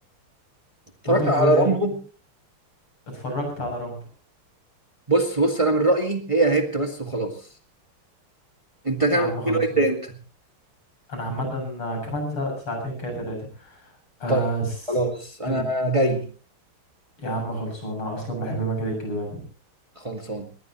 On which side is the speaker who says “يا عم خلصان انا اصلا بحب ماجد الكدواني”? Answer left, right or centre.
Left